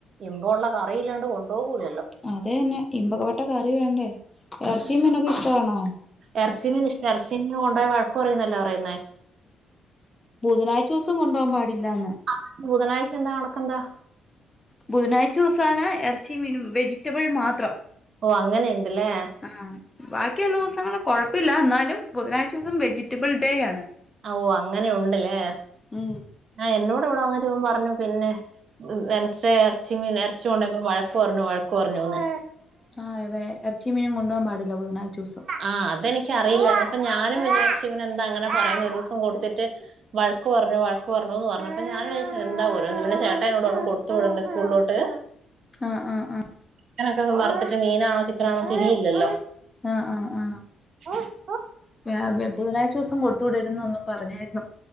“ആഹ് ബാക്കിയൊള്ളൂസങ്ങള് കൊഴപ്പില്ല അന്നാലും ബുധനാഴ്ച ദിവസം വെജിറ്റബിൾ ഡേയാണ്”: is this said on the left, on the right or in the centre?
Left